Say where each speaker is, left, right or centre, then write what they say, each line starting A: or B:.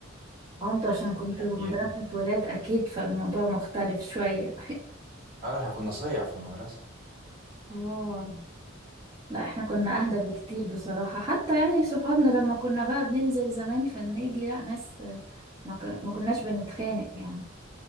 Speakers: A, on the right (about 15°); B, on the right (about 45°).
A: اه انت عشان كنت
B: والله
A: مدرسة
B: أيام
A: ولاد اكيد فالموضوع مختلف شوية
B: أنا احنا كنا صيع في المدرسة
A: اه لا احنا كنا اهدى بكتير بصراحة حتى يعني صحابنا لما كنا بقى بننزل زمان في النادي لا ناس ما ك- ما كناش بنتخانق يعني